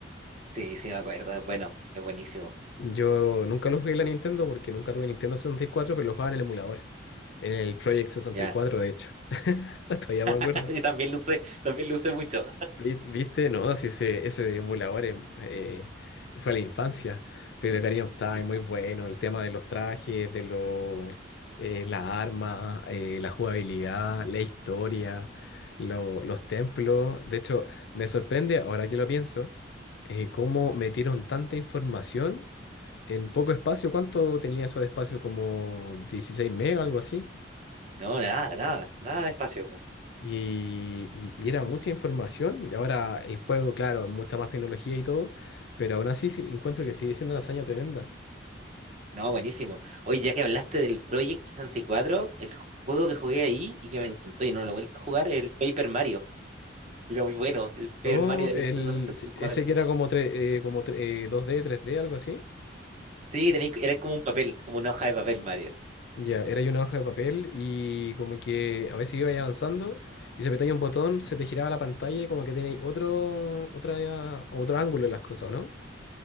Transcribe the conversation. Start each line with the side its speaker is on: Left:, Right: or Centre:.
Right: Sí, sí, me acuerdo. Es bueno, es buenísimo.
Left: Yo nunca lo jugué en la Nintendo porque nunca tuve Nintendo 64, pero lo jugaba en el emulador, en el Project sesenta
Right: Ya,
Left: y cuatro de hecho. <laughs> Todavía me
Right: <laughs>
Left: acuerdo.
Right: y también luce, también luce mucho.
Left: Vi- ¿Viste? No, si ese, ese de emuladores eh, fue a la infancia. Pero el Ocarina of Time,
Right: Felipa.
Left: muy bueno. El tema de los trajes, de lo eh, las armas, eh, la jugabilidad, la historia, lo- los templos. De hecho, me sorprende, ahora que lo pienso, eh, cómo metieron tanta información en poco espacio. ¿Cuánto tenía eso de espacio? Como 16 megas, algo así.
Right: No, nada, nada, nada de espacio. po.
Left: Y, y- y era mucha información. Y ahora el juego, claro, mucha más tecnología y todo. Pero aún así sí, encuentro que sigue siendo una hazaña tremenda.
Right: No, buenísimo. Oye, ya que hablaste del Project 64, el juego que jugué ahí y que me encantó y no lo he vuelto a jugar es el Paper Mario. Era muy bueno, el Paper
Left: Oh,
Right: Mario de
Left: el,
Right: Nintendo sesenta
Left: se-
Right: y cuatro.
Left: ese que era como, tre- eh, como tre- eh, 2D, tres d algo así.
Right: Sí, tenía, era como un papel, como una hoja de papel, Mario.
Left: Ya, era ahí una hoja de papel y como que a veces iba ahí avanzando y se apretaba un botón, se te giraba la pantalla y como que tenéis otro, otra, otro ángulo en las cosas, ¿o ¿no?